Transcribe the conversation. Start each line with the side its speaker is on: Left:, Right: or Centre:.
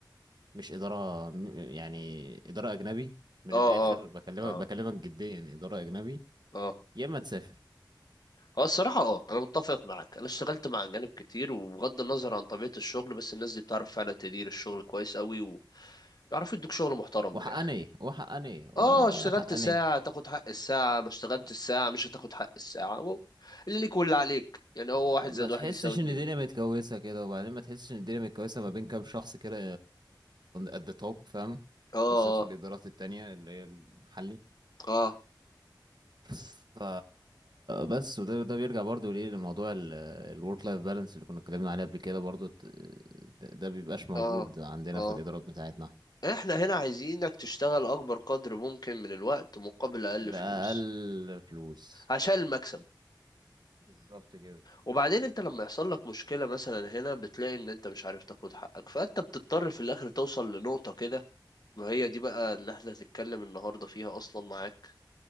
Right: مش إدارة م- يعني إدارة أجنبي من
Left: اه
Right: الآخر
Left: اه
Right: بكلمك
Left: اه
Right: بكلمك جديا إدارة أجنبي
Left: اه
Right: يا اما تسافر
Left: هو الصراحة اه أنا متفق معاك أنا اشتغلت مع أجانب كتير وبغض النظر عن طبيعة الشغل بس الناس دي بتعرف فعلا تدير الشغل كويس قوي بيعرفوا يدوك شغل محترم
Right: وحقانية
Left: من الاخر
Right: وحقانية وحقانية
Left: اه اشتغلت ساعة تاخد حق الساعة ما اشتغلت
Right: اه
Left: الساعة مش هتاخد حق الساعة هو اللي ليك واللي عليك يعني هو واحد زائد
Right: ما تحسش
Left: واحد يساوي اتنين
Right: ان الدنيا متكوسه كده وبعدين ما تحسش ان الدنيا متكوسه ما بين كام شخص كده ات ذا توب فاهم
Left: اه
Right: بالذات في الادارات التانية اللي هي المحلي
Left: اه
Right: ف بس وده ده بيرجع برضو ليه لموضوع الورك لايف بالانس اللي كنا اتكلمنا عليه قبل كده برضو ت- ده ده بيبقاش موجود
Left: اه
Right: عندنا
Left: اه
Right: في الادارات بتاعتنا
Left: احنا هنا عايزينك تشتغل اكبر قدر ممكن من الوقت مقابل اقل
Right: بأقل
Left: فلوس
Right: فلوس
Left: عشان المكسب
Right: بالظبط كده
Left: وبعدين انت لما يحصل لك مشكلة مثلا هنا بتلاقي ان انت مش عارف تاخد حقك فانت بتضطر في الاخر توصل لنقطة كده ما هي دي بقى اللي احنا هنتكلم النهاردة فيها اصلا معاك